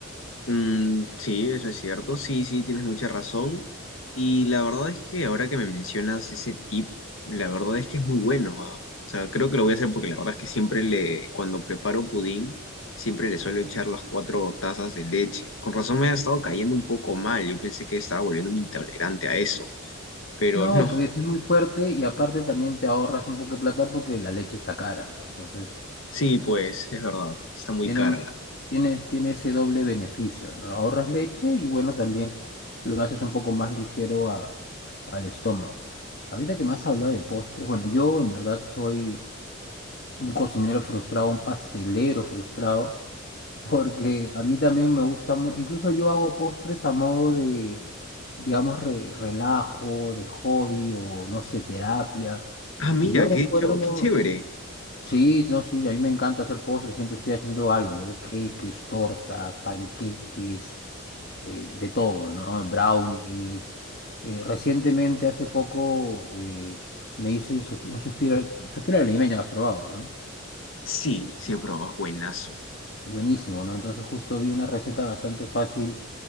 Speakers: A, on the left (about 65°); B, on the left (about 50°).
A: Mm, sí, eso es cierto. Sí, sí, tienes mucha razón. Y la verdad es que ahora que me mencionas ese tip, la verdad es que es muy bueno, ¿ah? O sea, creo que lo voy a hacer porque la verdad es que siempre le, cuando preparo pudín, siempre le suelo echar las cuatro tazas de leche. Con razón me ha estado cayendo un poco mal. Yo pensé que estaba volviéndome intolerante a eso, pero
B: No,
A: <laughs> no.
B: pues es muy fuerte y aparte también te ahorras un poco de plata porque la leche está cara, ¿no? Entonces
A: Sí, pues, es verdad. Está muy
B: Tiene
A: cara
B: un,
A: la.
B: tiene, tiene ese doble beneficio, ¿no? Ahorras leche y bueno, también lo haces un poco más ligero a- al estómago. Ahorita que me has hablado de postres, bueno, yo en verdad soy un cocinero frustrado, un pastelero frustrado, <laughs> porque a mí también me gusta mucho, incluso yo hago postres a modo de, digamos, re- relajo, de hobby o no sé, terapia.
A: Ah, mira,
B: Y yo recuerdo,
A: qué, cho- qué chévere.
B: Sí, no, sí, a mí me encanta hacer postres, siempre estoy haciendo algo, ¿no? Queques, tortas, panqueques, eh, de todo, ¿no? Brownies. Eh, recientemente, hace poco, eh, me hice sus- un suspiro, al- suspiro al limeño, has probado, ¿no?
A: Sí, sí he probado, es buenazo.
B: Buenísimo, ¿no? Entonces justo vi una receta bastante fácil